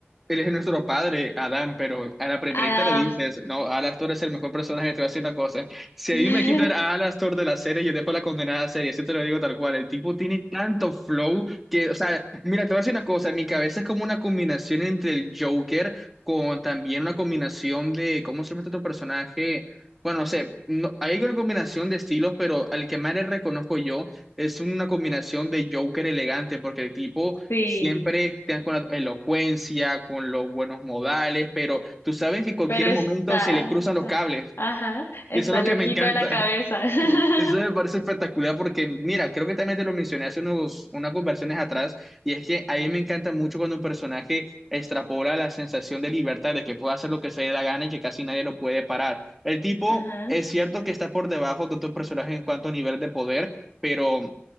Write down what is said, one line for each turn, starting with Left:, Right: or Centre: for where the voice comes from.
Centre: Él es nuestro padre, Adán, pero a la primerita
Left: Adam.
Centre: le dices, no, Alastor es el mejor personaje, te voy a decir una cosa. Si
Left: <laughs>
Centre: a mí me quitan a Alastor de la serie, yo dejo la condenada serie, así te lo digo tal cual. El tipo tiene tanto flow que, o sea, mira, te voy a decir una cosa, en mi cabeza es como una combinación entre el Joker con también una combinación de, ¿cómo se llama este otro personaje? Bueno, no sé, no- hay una combinación de estilos, pero al que más le reconozco yo es una combinación de Joker elegante, porque el tipo
Left: Sí,
Centre: Siempre te dan con la elocuencia, con los buenos modales, pero tú sabes que en cualquier
Left: pero está,
Centre: momento se le cruzan los
Left: ah,
Centre: cables.
Left: ajá, está
Centre: Y eso es lo
Left: loquito
Centre: que me encanta.
Left: de la cabeza.
Centre: <laughs>
Left: <laughs>
Centre: Eso me parece espectacular porque, mira, creo que también te lo mencioné hace unos, unas conversaciones atrás, y es que a mí me encanta mucho cuando un personaje extrapola la sensación de libertad, de que puede hacer lo que se le da gana y que casi nadie lo puede parar. El tipo
Left: Ajá,
Centre: es cierto que está por debajo de otros personajes en cuanto a nivel de poder, pero